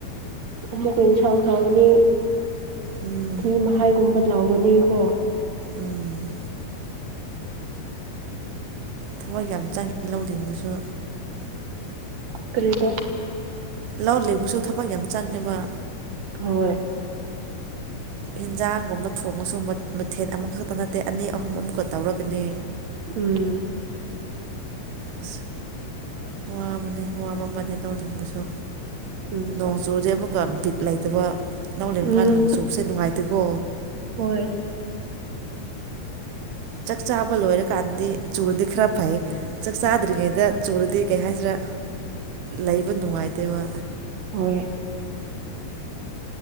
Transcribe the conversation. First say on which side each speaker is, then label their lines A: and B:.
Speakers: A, on the right; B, on the right.
A: ꯑꯃꯨꯛꯀ ꯏꯟꯁꯥꯡ ꯊꯣꯡꯒꯅꯤ
B: ꯎꯝ
A: ꯐꯤ ꯃꯍꯥꯏꯒꯨꯝꯕ ꯂꯥꯎꯒꯅꯤ ꯀꯣ
B: ꯎꯝ ꯊꯕꯛ ꯌꯥꯝ ꯆꯪꯉꯤ ꯂꯧ ꯂꯤꯡꯕꯁꯨ
A: ꯀꯔꯤꯕꯣ
B: ꯂꯥꯎ ꯂꯤꯡꯕꯁꯨ ꯊꯕꯛ ꯌꯥꯝ ꯆꯪꯉꯦꯕ
A: ꯍꯣꯏ
B: ꯑꯦꯟꯖꯥꯡꯒꯨꯝꯕ ꯊꯣꯡꯉꯁꯨ ꯃꯊꯦꯜ ꯑꯃꯈꯛꯇ ꯅꯠꯇꯦ ꯑꯅꯤ ꯑꯍꯨꯝ ꯑꯃꯨꯛꯀ ꯇꯧꯔꯒꯅꯤ
A: ꯎꯝ
B: ꯑꯁ ꯋꯥꯕꯅꯦ ꯋꯥꯕ ꯑꯃꯅꯦ ꯂꯧ ꯂꯤꯡꯕꯁꯨ
A: ꯎꯝ
B: ꯅꯣꯡ ꯆꯨꯔꯗꯤ ꯑꯃꯨꯛꯀ ꯕꯤꯠ ꯂꯩꯇꯕ ꯂꯧ ꯂꯤꯡꯕꯀꯥꯟꯗ
A: ꯎꯝ
B: ꯅꯣꯡꯆꯨꯕꯁꯦ ꯅꯨꯡꯉꯥꯏꯇꯦꯀꯣ
A: ꯍꯣꯏ
B: ꯆꯥꯛ ꯆꯥꯕ ꯂꯣꯏꯔꯀꯥꯟꯗꯤ ꯆꯨꯔꯗꯤ ꯈꯔ ꯐꯩ ꯆꯥꯛ ꯆꯥꯗ꯭ꯔꯤꯉꯩꯗ ꯆꯨꯔꯗꯤ ꯀꯩ ꯍꯥꯏꯁꯤꯔꯥ ꯂꯩꯕ ꯅꯨꯡꯉꯥꯏꯇꯦꯕ
A: ꯍꯣꯏ